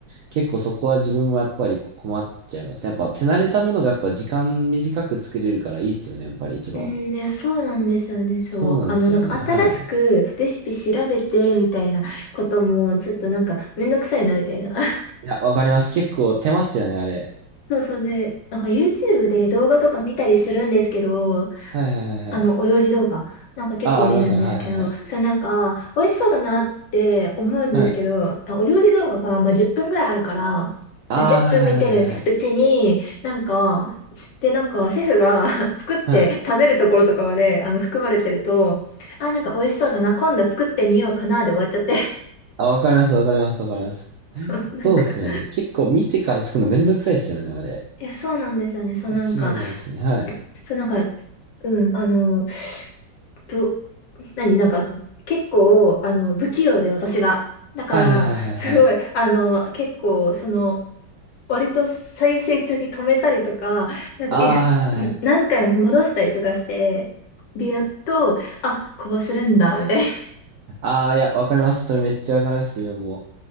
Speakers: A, on the right (about 70°); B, on the left (about 70°).
A: 結構そこは自分もやっぱり困っちゃいますね。やっぱ手慣れたものがやっぱ時間短く作れるからいいっすよね、やっぱり一番。
B: うん、いや、そうなんですよね。
A: そうなんですよね、
B: そう。あの、なんか新しくレシピ調べてみたいなことも、
A: はい。
B: ちょっとなんかめんどくさいなみたいな。<laughs>
A: いや、わかります。結構手ますよね、あれ。
B: そうそうね。なんか YouTube で動画とか見たりするんですけど、
A: はいはいはいはい。
B: あの、お料理動画なんか結構見るんですけど、
A: ああ、ありますね。はいはいはい。
B: それなんか、美味しそうだなって思うんですけど、
A: はい。
B: お料理動画がまあ10分ぐらいあるから、
A: ああ、
B: で、10分見てるうちに、
A: はいはいはいはいはい。
B: なんか、で、なんか、シェフが <laughs> 作って食べるところとかまで、
A: はい
B: あの、含まれてると、あ、なんか美味しそうだな、今度作ってみようかな、で終わっちゃって。
A: あ、わかります、わかります、わかります。
B: <laughs> なんか、
A: そうっすよね。結構見てから作るのめんどくさいっすよね、あれ。
B: いや、そうなんですよね。そうなんか、
A: 間違いないですね。はい。
B: そうなんか、うん、あの、と、何、なんか、結構、あの、不器用で私が。だから、
A: はいはいはいはいはい。
B: すごい、あの、結構、その、割と再生中に止めたりとか、なんか、
A: ああ、
B: い
A: はいはいはい。
B: <laughs> 何回も戻したりとかして、で、やっと、あ、こうするんだ、みたいな。
A: <laughs> ああ、いや、わかります。それめっちゃわかります、自分も。